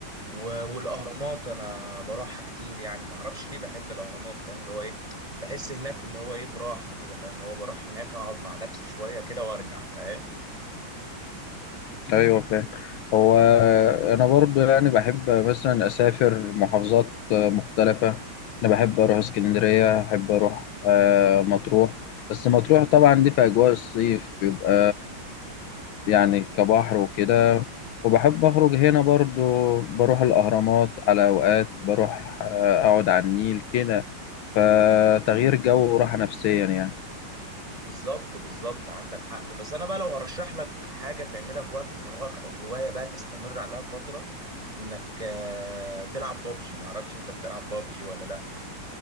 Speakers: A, on the right (about 15°); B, on the left (about 75°).
A: و- والاهرامات انا بروحها كتير يعني ما اعرفش ليه بحب الاهرامات فاهم اللي هو ايه بحس هناك اللي هو ايه براحه كده فاهم اللي هو بروح هناك اقعد مع نفسي شويه كده وارجع فاهم
B: ايوه فاهم هو انا برضو يعني بحب مثلا اسافر محافظات مختلفه انا بحب اروح اسكندريه بحب اروح آه، مطروح بس مطروح طبعا دي في اجواء الصيف بيبقى يعني كبحر وكده وبحب اخرج هنا برضو بروح الاهرامات على اوقات بروح آه، اقعد على النيل كده فتغيير جو وراحه نفسيا يعني
A: بالظبط بالظبط عندك حق بس انا بقى لو هرشح لك حاجه تعملها في وقت فراغك او هوايه بقى تستمر عليها فتره انك آه، تلعب بابجي ما اعرفش انت بتلعب بابجي ولا لا